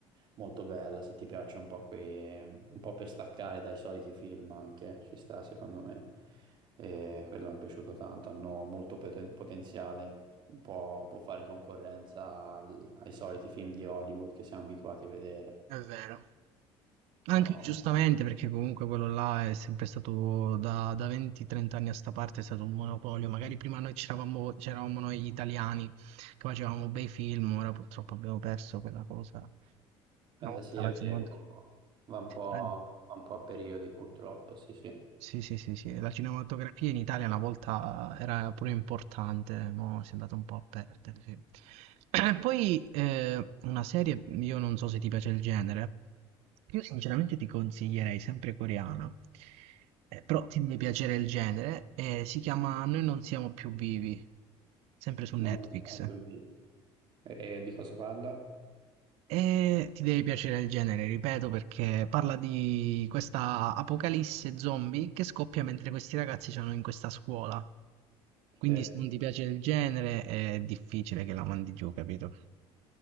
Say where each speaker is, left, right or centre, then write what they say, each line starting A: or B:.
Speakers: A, on the right; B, on the right.
A: molto bella, se ti piace un po' quei, un po' per staccare dai soliti film anche, ci sta secondo me. E quello mi è piaciuto tanto, hanno molto poten- potenziale, un po' può fare concorrenza al- ai soliti film di Hollywood che siamo abituati a vedere.
B: È vero.
A: Un po'...
B: Anche giustamente perché comunque quello là è sempre stato da, da 20-30 anni a sta parte è stato un monopolio, magari prima noi c'eravamo c'eravamo noi italiani che facevamo bei film, ora purtroppo abbiamo perso quella cosa.
A: Eh,
B: Una volta
A: sì, è
B: la cinema-
A: vero, un po'. Va un po',
B: la-
A: va un po' a periodi purtroppo, sì, sì. Eh,
B: Sì, sì, sì, sì. La cinematografia in Italia una volta eh, era pure importante, mo si è andata un po' a perdere, sì. <clears throat> Poi eh, una serie, io non so se ti piace il genere, io sinceramente ti consiglierei sempre coreana, Eh, però ti deve piacere il genere, eh, si chiama Noi non siamo più vivi, sempre su
A: non
B: Netflix.
A: è proprio vivo. E, e di cosa parla?
B: E ti deve piacere il genere, ripeto, perché parla di questa apocalisse zombie che scoppia mentre questi ragazzi sono in questa scuola.
A: Sì.
B: Quindi
A: Eh,
B: se non ti piace il genere è difficile che la mandi giù, capito?